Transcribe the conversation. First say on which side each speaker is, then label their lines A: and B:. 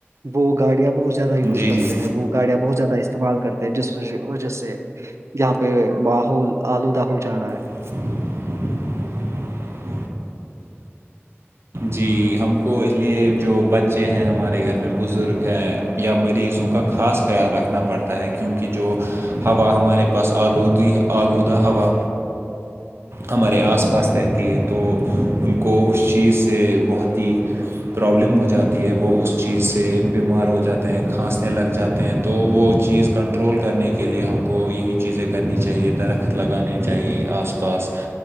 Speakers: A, on the right; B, on the right.
A: وہ گاڑیاں بہت زیادہ یوز
B: جی
A: کرتے
B: جی
A: ہیں وہ گاڑیاں بہت زیادہ استعمال کرتے ہیں جس وجہ سے یہاں پہ ماحول آلودہ ہو جا رہا ہے
B: <inaudible> جی ہم کو اس لیے جو بچے ہیں ہمارے گھر میں بزرگ ہیں یا مریضوں کا خاص خیال رکھنا پڑتا ہے کیونکہ جو ہوا ہمارے پاس آلودی آلودہ ہوا ہمارے آس پاس رہتی ہیں تو ان کو ا چیز سے سے بہت ہی پرابلم ہو جاتی ہے وہ اس چیز سے بیمار ہو جاتے ہیں کھانسنے لگ جاتے ہیں تو وہ چیز کنٹرول کرنے کے لیے ہم کو یہی چیزیں کرنی چاہیے درخت لگانے چاہیے آس پاس